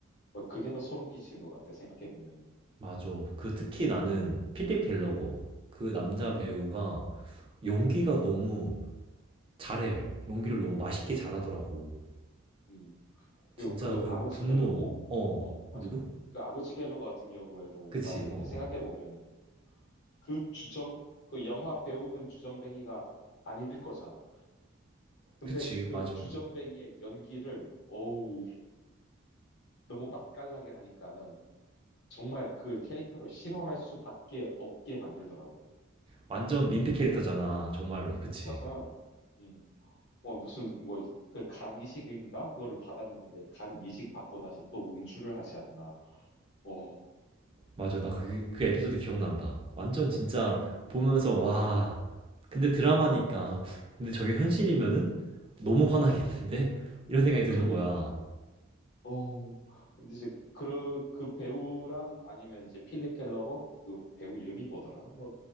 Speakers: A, on the left; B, on the right.
A: 어, 그게 더 소름 끼치는 것 같아 생각해 보면은.
B: 맞아. 그 특히 나는 필립 갤러거
A: 응,
B: 그 남자
A: 응,
B: 배우가 연기가
A: 응,
B: 너무 잘해. 연기를 너무 맛있게 잘하더라고.
A: 응. 그리고
B: 진짜
A: 그
B: 그
A: 아버지
B: 분노.
A: 갤러고,
B: 어.
A: 어, 맞아.
B: 누구?
A: 그 아버지 갤러 같은 경우에도,
B: 그치.
A: 맞아. 이게
B: 어. 어.
A: 생각해 보면은 그 주정, 그 영화 배우는 주정뱅이가 아닐 거잖아. 근데
B: 그치.
A: 그
B: 맞아.
A: 주정뱅이의 연기를, 어우, 너무 맛깔나게 하니까는 정말 그 캐릭터를 싫어할 수밖에 없게 만들더라고.
B: 완전 민폐 캐릭터잖아. 정말로. 그치.
A: 맞아. 음. 뭐 무슨 뭐 그 간 이식인가 그거를 받았는데 간 이식 받고 나서 또 음주를 하지 않나. 어.
B: 맞아. 나 그, 그 에피소드
A: 네.
B: 기억난다. 완전 진짜
A: 음.
B: 보면서 와.
A: 음.
B: 근데 드라마니까. 근데 저게 현실이면은
A: 음.
B: 너무 화나겠는데? <laughs> 이런 생각이 드는
A: 그러니까.
B: 거야.
A: 어. 근데 이제 그, 그 배우랑 아니면 이제 필립 켈러거 그 배우 이름이 뭐더라? 뭐